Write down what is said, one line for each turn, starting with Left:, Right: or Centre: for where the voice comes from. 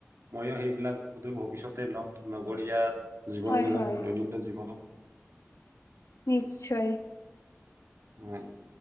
Right: ময়ো সেইবিলাক সুদূৰ ভৱিষ্যতে লম, নগৰীয়া জীৱন
Left: হয়
Right: বিলাক,
Left: হয়
Right: দৈনিন্দ জীৱনত।
Left: নিশ্চয়।
Right: <unintelligible>